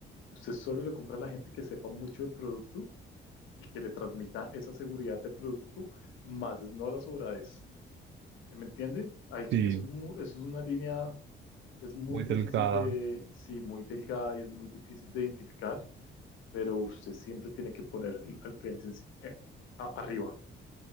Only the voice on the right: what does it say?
Sí,
muy
delgada.